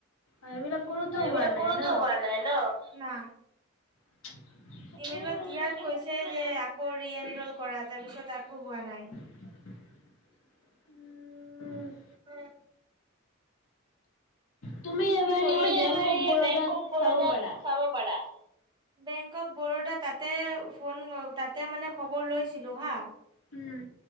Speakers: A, on the left; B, on the right.
A: এইবিলাক কৰোতো
B: সেইবিলাকৰটো
A: হোৱা নাই ন?
B: হোৱা নাই ন।
A: <inaudible>
B: ইমেইলত
A: উম,
B: দিয়াত কৈছে যে, আকৌ ৰি এন ৰল কৰা তাৰ পিছত আকো হোৱা নাই।
A: <inaudible> উম।
B: উম।
A: তুমি এবাৰ
B: কি তুমি
A: এই বেংক
B: এবাৰ
A: অফ
B: এই
A: বৰোদাত
B: বেংকক বৰোদাত
A: চাব পাৰা।
B: চাব পাৰা। বেংক অৱ বৰোদা তাতে ফোন তাতে মানে খবৰ লৈছিলোঁ হা।
A: উম।